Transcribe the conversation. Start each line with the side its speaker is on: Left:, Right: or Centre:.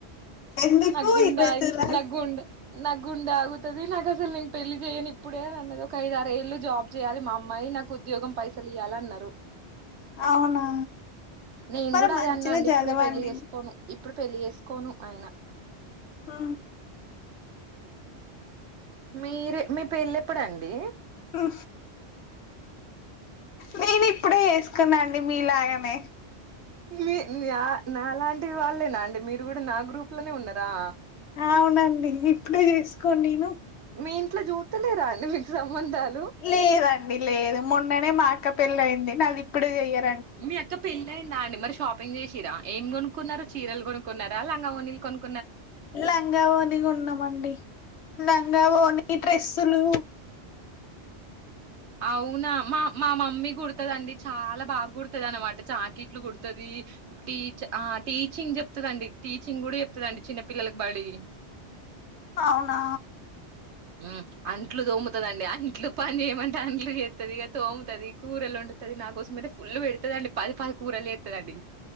Left: ఎందుకు
Right: న గుండ్
Left: ఇరవైతులాలు
Right: అయ్ న గుండ న గుండగు తది నాకు అసలు నేను పెళ్లి చేయను ఇప్పుడే అన్నది ఒక ఐదారేళ్లు జాబ్ చేయాలి మా అమ్మాయి నాకు ఉద్యోగం పైసల్ లియ్యలన్నారు
Left: అవునా
Right: నేను
Left: మరి
Right: కూడా
Left: మంచిగా
Right: అదే అన్నా అండి
Left: చదవండి
Right: ఇప్పుడే పెళ్లిి చేసుకోను ఇప్ ప్పుడు పెళ్ళి చేేసుకోను ఆయిన
Left: ఆ
Right: మీరు మీ పేళ్ళేప్పుడు అండి
Left: ఆ నేను ఇప్పుడే వేసుకొన్నాండి మీ లాగనే
Right: మీ నా నాలాంటి వాళ్ళేనా అండి మీరు కూడా నా గ్రూప్ లోనే ఉన్నారా
Left: అవునండి ఇప్పుడే చేసుకోను నేను
Right: మీ ఇంట్ల చూస్తలేరా అండి మీకు సంబంధాలు
Left: లేదండి లేదు మొన్ననే మా అక్క పెళ్ళి అయింది నాది ఇప్పుడు చెయ్యార్
Right: మీ అక్క పెళ్లి అయిందా అండి మరి షాప్ పింగ్ చేసిరా ఏం కొనుక్కున్నారు చీరలు కొనుక్కున్నారా లంగా వోణిల్ కొన్
Left: లంగావోని కొన్నామండి లం గావోణి డ్రెస్సులు
Right: అవునా మా మా మమ్మీ కుడుతదండి చాలా బాగా కుడుతది అనమాట చాకిట్లు కుడుతది టీచ్ ఆ టీచింగ్ చెప్తుదండి టీచింగ్ కూడా చెప్తుదండి చిన్నపిిల్లలకు బడి
Left: అవునా
Right: హు అంట్లు తోముతందిండి అంట్లు పని చేయమంటే అంట్లు చెత్తది ఇగ తోముతది కూరలోన్ పెడుది నా కోసం అయితే ఫుల్ పెడుతదండి పది పది కూరలు చెత్తదండి